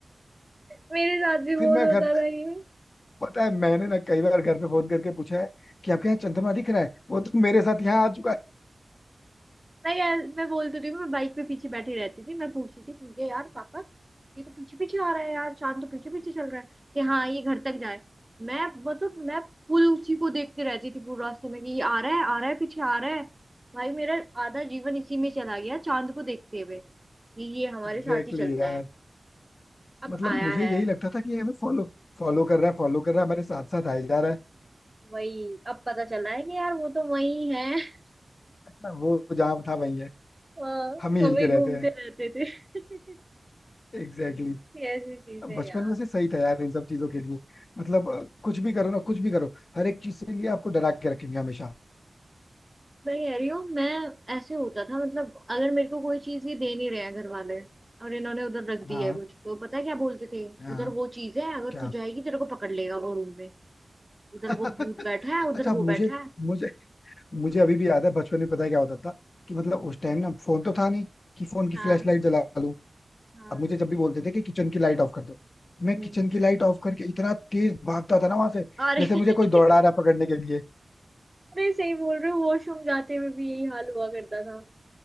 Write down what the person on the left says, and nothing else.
फिर मैं
घर
पता है मैंने ना कई बार घर पे फोन करके पूछा है कि आपके यहाँ चंद्रमा दिख रहा है वो तो मेरे साथ यहाँ आ चुका है
एग्जैक्टली
exactly यार
मतलब
मुझे
यही लगता था कि ये हमें फॉलो फॉलो कर रहा है फॉलो कर रहा है हमारे साथ साथ आए जा रहा है
अच्छा, वो जहाँ था वहीं है
हम ही
हिलते
रहते
हैं
Exactly
exactly. बचपन
में से सही था यार इन सब चीजों के लिए मतलब अ, कुछ भी करो ना कुछ भी करो हर एक चीज से लिए आपको डरा के रखेंगे हमेशा
हाँ
हाँ
क्या
<laughs>
अच्छा
मुझे
मुझे मुझे अभी भी याद है बचपन में पता है क्या होता था कि मतलब उस टाइम ना फोन तो था नहीं कि फोन की
फ्लैश लाइट जला लूं
अब मुझे जब भी बोलते थे कि किचन की लाइट ऑफ कर दो मैं
किचन की लाइट ऑफ करके इतना तेज भागता था ना वहां से
जैसे
मुझे कोई दौड़ा रहा है पकड़ने के लिए